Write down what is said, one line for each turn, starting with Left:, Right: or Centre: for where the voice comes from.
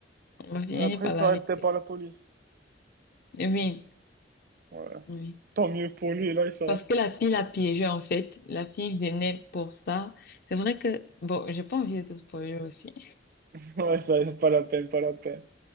Left: On va finir
Right: Mais après,
Left: par
Right: il sera
Left: l'arrêter.
Right: arrêté par la police.
Left: Oui,
Right: Ouais.
Left: oui.
Right: Tant mieux pour lui, là, il sera.
Left: Parce que la fille l'a piégé, en fait. La fille venait pour ça. C'est vrai que, bon, j'ai pas envie de te spoiler aussi.
Right: <laughs> Ouais, ça, pas la peine, pas la peine.